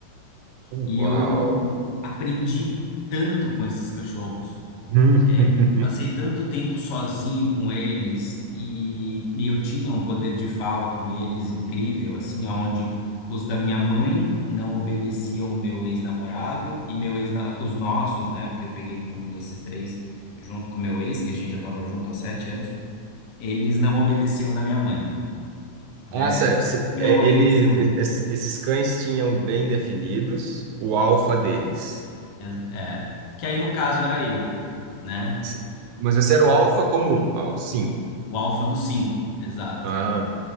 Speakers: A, on the right; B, on the left.
A: Uau.
B: E eu aprendi tanto com esses cachorros.
A: Hum.
B: É, passei
A: <laughs>
B: tanto tempo sozinho com eles e, e eu tinha um poder de fala com eles incrível, assim, aonde os da minha mãe não obedeciam meu ex-namorado e meu ex, os nossos, né? Porque eu peguei com esses três junto com meu ex, que a gente já estava junto há sete anos, eles não obedeciam da minha mãe,
A: Ah,
B: né?
A: certo.
B: Os da
A: Se-
B: minha
A: é,
B: mãe não obedeciam.
A: Ele, es- esses cães tinham bem definidos o alfa deles.
B: ex- É, que aí no caso era eu, né?
A: Se- Mas esse era o alfa comum, ah, o cinco.
B: O alfa dos cinco, exato.
A: Ah,